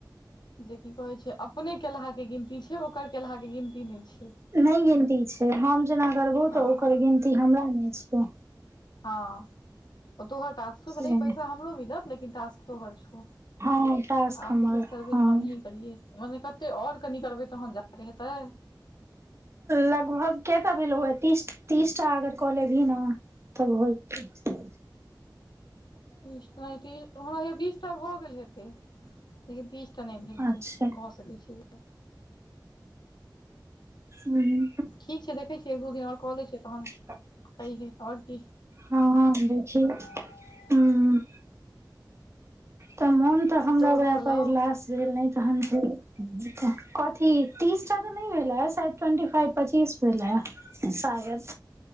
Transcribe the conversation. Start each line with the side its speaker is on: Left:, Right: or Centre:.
Left: जे की कहे छै अपने केलहा के गिनती छै ओकर केलहा के गिनती नहि छै।
Right: नहि गिनती छै हम जेना गबो तऽ
Left: हँ
Right: ओकर गिनती हमरा नहि छिय।
Left: हँ ओ तोहर टास्क छौ
Right: से
Left: पैसा हमरो मिलत लेकिन टास्क तोरर छौ।
Right: हँ टास्क
Left: आब
Right: हमर
Left: कोशिश करबै
Right: हँ
Left: हमही करियए मने कत्ते और कनि करबै तहन जा। हेतै।
Right: लगभग केऽ टा भेलौए तीस-तीस टा अगर कऽ लेबही न। तब भऽ जेतौ।
Left: तीस तऽ हमरा हौयया बीसटा भऽ गेल हेतै। लेकिन तीस टा नहि भेल हेतै
Right: अच्छा
Left: भ सकै छै।
Right: हूँ।
Left: ठीक छै देखैय छियै, एक-दू दिन और कऽ लै छीयै तहन।
Right: <unintelligible>
Left: कैहीयै आओर की।
Right: हँऽ देखही हूँ। तऽ मोन तऽ हमरा
Left: तोहर
Right: वैह
Left: भऽ गेलौ
Right: पर उल्लास भेल ने। तहन फेर कथी, तीस टा के नहि भेलए ट्वेंटी फाइव पच्चीस भेलैए। शायद,